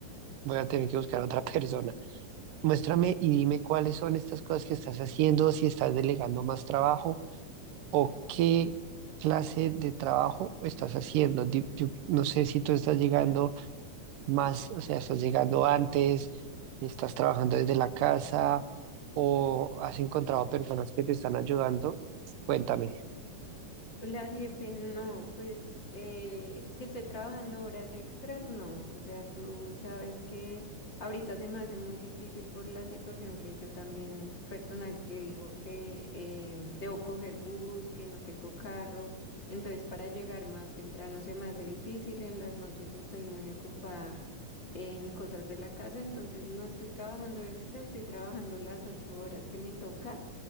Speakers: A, on the right (about 85°); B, on the left (about 35°).
A: voy a tener que buscar a otra <laughs> persona. Muéstrame y dime cuáles son estas cosas que estás haciendo, si estás delegando más trabajo o qué clase de trabajo estás haciendo. Di- Yo no sé si tú estás llegando más, o sea, estás llegando antes, estás trabajando desde la casa o has encontrado personas que te están ayudando. Cuéntame.
B: La jefe, no, pues eh, que esté trabajando horas extras, no. O sea, tú sabes que ahorita se me hace muy difícil por la situación que yo también personal que digo que eh, debo coger bus, que no tengo carro. Entonces, para llegar más temprano se me hace difícil. En las noches estoy muy ocupada en cosas de la casa, entonces no estoy trabajando extra, estoy trabajando las ocho horas que me toca.